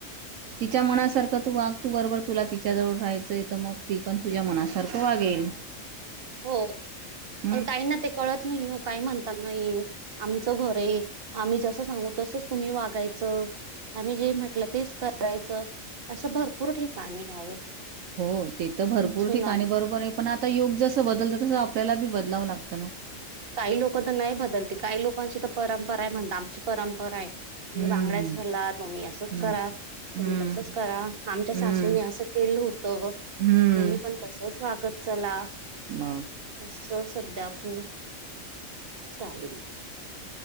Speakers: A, on the right (about 75°); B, on the right (about 45°).
A: तिच्या मनासारखं तू वाग तू बरोबर तुला तिच्या जवळ राहायचंय तर मग ती पण तुझ्या मनासारखं वागेल.
B: हो
A: हम्म
B: अ काय ना तेे कळत नाही काही म्हणत नाही आमचं घर आहे, आम्ही जसं सांगू तसच तुम्ही वागायचं, आम्ही जे म्हटलं तेच करायचं, असं भरपूर ठिकाणी आहे
A: हो ते तर भरपूर
B: सुना
A: ठिकाणी बरोबर आहे पण, आता योग जस बदलतात तसं आपल्याला बी बदलावं लागत.
B: काही लोक तर नाही बदलते, काही लोकांची तर परंपरा आहे म्हणत, आमची परंपरा आहे. तुम्ही
A: हम्म
B: बांगड्याच घालात, मग्मी असच
A: हम्म
B: करा तुम्ही
A: हम्म
B: तसच करा आमच्या सासूने
A: हम्म
B: असं केलं होतं
A: हम्म
B: तुम्ही पण तसच वागत चला
A: मग
B: असं सध्या खूप चालगरी